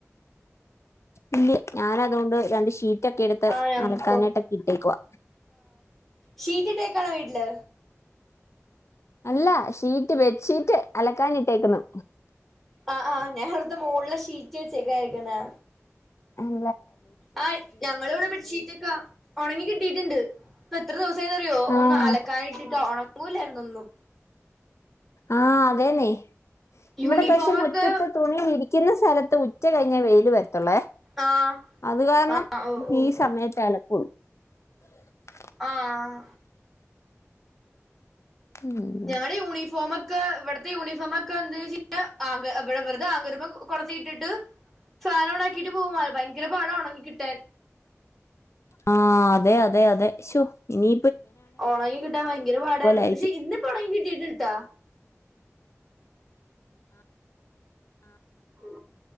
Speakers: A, on the left; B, in the centre.
A: ഇല്ല ഞാന് അതുകൊണ്ട് രണ്ട് ഷീ റ്റൊക്കെ എടുത്ത്
B: ആഹ് ഞങ്ങക്കും
A: അലക്കാനായിട്ടൊക്കെ ഇട്ടേക്കുവാ
B: ശീറ്റിട്ടേ ക്കാണോ വീട്ടില്
A: അല്ല ഷീറ്റ് ബെഡ്ഷീറ്റ് അലക്കാനിട്ടേക്കുന്നു
B: അആ ഞാന് വെറുതെ മോളില് ഷീറ്റ് വെച്ചേക്കാ ആയിരിക്കുന്നോ
A: ഉം
B: ആഹ് ഞങ്ങള് ഇവടെ ബട്ഷീറ്റക്കാ ഒണങ്ങി കിട്ടിട്ടുണ്ട് ഇപ്പൊ എത്ര ദിവസായിന്ന്റിയോ
A: ആഹ്
B: ഒന്ന് അലക്കാന് ഇട്ടിട്ടോ ഒണ ങ്ങൂല എന്നെന്നും
A: ആഹ് അതേന്നെ ഇവിടെ
B: യൂണിഫോമൊക്കെ
A: പക്ഷേ മുറ്റത്ത് തുണി വിരി ക്കുന്ന സ്ഥലത്ത് ഉച്ച കഴിഞ്ഞാ വെയിൽ വരും ത്തൊള്ളേ
B: ആഹ്
A: അത് കാരണം
B: ആഹ് ഓ ഓ
A: ഈ സമയത്താലക്ക് <unintelligible>
B: ആഹ്
A: ഉം
B: ഞങ്ങടെ യൂണിഫോമൊക്ക ഇവിടത്തെ യൂണിഫോമക്കെ എന്താച്ചാ അ ആങ്ക ഇവിടെ വെറുതെ ആങ്കരുമെ കൊളത്തിട്ടിട്ട് ഫാനോണാ ക്കീട്ട് പോകും ഭയങ്കര പാട ഉണങ്ങികിട്ട ട്ടാൻ
A: ആഹ് അതെ അതെ അതെ ശ്ശൊ ഇനി
B: ഒണങ്ങി കിട്ടാൻ ഭയങ്കര പാടായിരുന്നു
A: ആയിരിക്കും
B: പക്ഷേ ഇന്നിപ്പോ ഉണങ്ങി കിട്ടിട്ട്ണ്ട് ഇട്ടാ ഉം